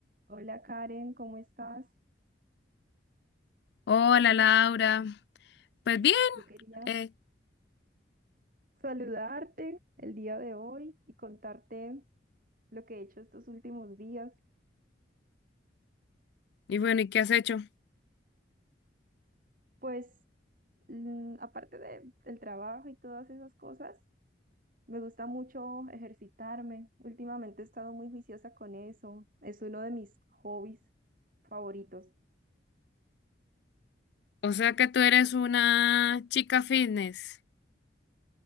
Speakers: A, on the right; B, on the left.
A: Hola Karen, ¿cómo estás?
B: Hola Laura, pues bien,
A: Yo quería
B: eh,
A: saludarte el día de hoy y contarte lo que he hecho estos últimos días.
B: y bueno, ¿y qué has hecho?
A: Pues mm, aparte de- del trabajo y todas esas cosas, me gusta mucho ejercitarme. Últimamente he estado muy juiciosa con eso. Es uno de mis hobbies favoritos.
B: O sea que tú eres una chica fitness.